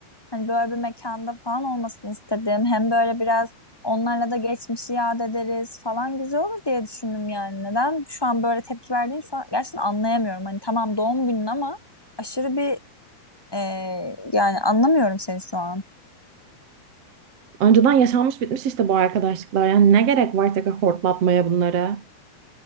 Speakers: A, in the centre; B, on the right (about 45°).
A: Hani böyle bir mekanda falan olmasını istedim. Hem böyle biraz onlarla da geçmişi yad ederiz falan güzel olur diye düşündüm yani. Neden şu an böyle tepki verdiğini şu an gerçekten anlayamıyorum. Hani tamam doğum günün ama aşırı bir Ee, yani anlamıyorum seni şu an.
B: Önceden yaşanmış bitmiş işte bu arkadaşlıklar. Yani ne gerek var tekrar hortlatmaya bunları?